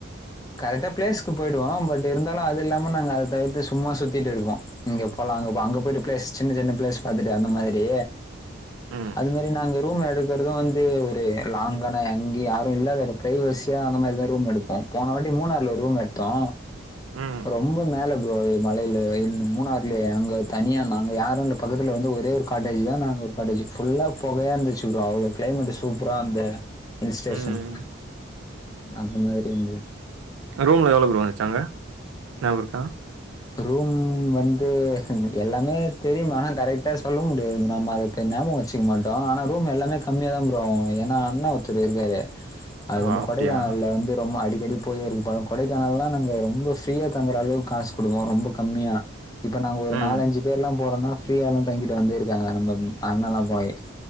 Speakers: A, on the left; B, on the right.
A: கரெட்டா பிளேஸ்க்கு போய்டுவோ பட் இருந்தாலு அது இல்லாம நாங்க அத தவிர்த்து சும்மா சுத்திட்டுருப்போ இங்க போலா அங்க அங்க போய்ட்டு பிளேஸ் சின்ன சின்ன பிளேஸ் பாத்துட்டு அந்த மாதிரி
B: ம்
A: அது மாரி நாங்க ரூம் எடுக்குறது வந்து ஒரு லாங்கான அங்கி யாரு இல்லாத எட பிரைவசியா அந்த மாரிதா ரூம் எடுப்பே போன வாட்டி மூணாறுல ஒரு ரூம் எடுத்தோ
B: ம்
A: ரொம்ப மேல ப்ரோ மலைல வெய் மூணாறுலயே அங்க தனியா நாங்க யாரு எங்களுக் பக்கத்தில வந்து ஒரே ஒரு காட்டேஜ் தா நாங்க ஒரு காட்டேஜ் ஃபுல்லா பொகையாக இருந்துச்சு ப்ரோ அவ்ளோக் கிளைமேட் சூப்பரா அந்த ஹில்ஸ்டேஷன்
B: ம்
A: அந்த மாரி வந்து
B: ரூமில எவ்ளோ ப்ரோ வன்ச்சங்க நியாபருக்கா
A: ரூம் வந்து எல்லாமே தெரியுமா ஆனா கரெட்டா சொல்ல முடியாது நம்ம அதுக் ஞாபகோ வச்சுக்க மட்டே ஆனா ரூம் எல்லாமே கம்மியா தா ப்ரோ ஆவு ஏனா அண்ணா துடு இருக்காரு அது
B: ஆ
A: வந்து
B: அப்டியா
A: கொடைக்கானல்ல வந்து ரொம்ப அடிக்கடி போய்ருக்கு பழோ கொடைக்கானல்லா நாங்க ரொம்ப ஃப்ரீயா தங்குற அளவுக் காசு குடுக்குறோ ரொம்ப கம்மியா இப்ப நாங்க ஒரு
B: ம்
A: நாலஞ்சு பேருல்லா போறோம்னா ஃப்ரீயாலா தங்கிட்டு வந்திருக்காங்க நம்ம அண்ணல்லா போய்